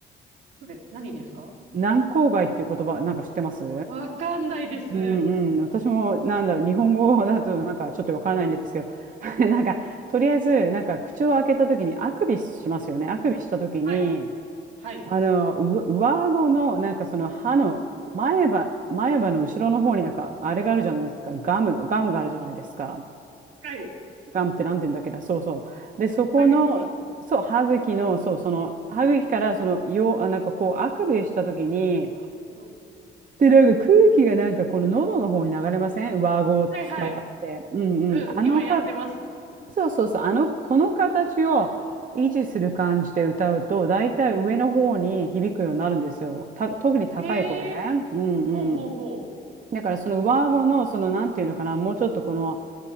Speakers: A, on the right; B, on the right.
A: そうです。何ですか
B: 軟口外っていう言葉、なんか知ってます
A: わかんないです。
B: うんうん、私もなんだろう、日本語だとなんかちょっとわからないんですけど、<laughs> なんかとりあえずなんか口を開けた時にあくびしますよね。
A: うん。
B: あくびした時に、
A: はい。はい。
B: あのう上顎のなんかその歯の前歯、
A: うん。
B: 前歯の後ろの方になんかあれがあるじゃないですか。ガム、ガムがあるじゃないですか。
A: はい。
B: ガムってなんて言うんだっけな、そうそう。で、そこの、
A: 歯茎
B: そう、歯茎の、そう、その歯茎からその、よう、あなんかこうあくびした時に、
A: うん。
B: で、なんか空気がなんかこの喉の方に流れません上顎伝わって。
A: はいはい。
B: うんうん。
A: うん、
B: あのか、
A: 今やってます。
B: そうそうそう。あの、この形を維持する感じで歌うと、
A: うん、
B: だいたい上の方に響くようになるんですよ。
A: うん。
B: た、特に高い声。
A: ええ
B: うんうん。
A: ほうほうほ
B: だからその上顎の、そのなんていうのかな、もうちょっとこの、